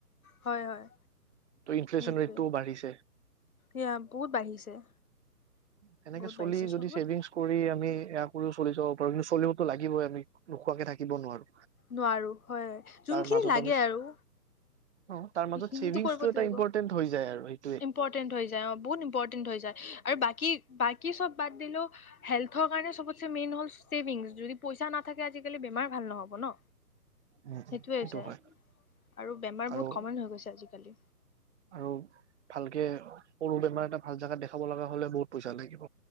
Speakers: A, on the left; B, on the right.
A: হয় হয়
B: ত' ইনফ্লেচন
A: সেইটোৱে
B: ৰেটটোও বাঢ়িছে
A: এয়া বহুত বাঢ়িছে।
B: সেনেকে
A: বহুত
B: চলি
A: বাঢ়িছে
B: যদি
A: চবত
B: ছেভিংছ কৰি। আমি এয়া কৰিও চলি যাব পাৰো কিন্তু চলিবতো লাগিবই আমি নোখোৱাকে থাকিব নোৱাৰো।
A: নোৱাৰো হয় হয়
B: তাৰ
A: যোনখিনি
B: মাজত
A: লাগে
B: আমি
A: আৰু।
B: অ তাৰ মাজত
A: সেইখিনো
B: ছেভিংছটো
A: কৰিব তো
B: এটা
A: লাগিব
B: ইম্পৰ্টেন্ট হৈ যায় আৰু সেইটোৱে
A: ইম্পৰ্টেন্ট হৈ যায় অ বহুত ইম্পৰ্টেন্ট হৈ যায় আৰু বাকী। বাকী চব বাদ দিলো। হেল্থৰ কাৰণে চবতে মেইন হ'ল। ছেভিংছ যদি পইচা নাথাকে আজিকালি বেমাৰ। ভাল নহ'ব ন
B: উম
A: সেইটোৱে
B: উম সেইটো
A: হৈছে
B: হয়
A: আৰু বেমাৰ
B: আৰু
A: বহুত। কমন হৈ গৈছে আজিকালি।
B: আৰু ভালকে সৰু বেমাৰ এটা ভাল জোগাত দেখাব লগা হলে বহুত। পইচা লাগিব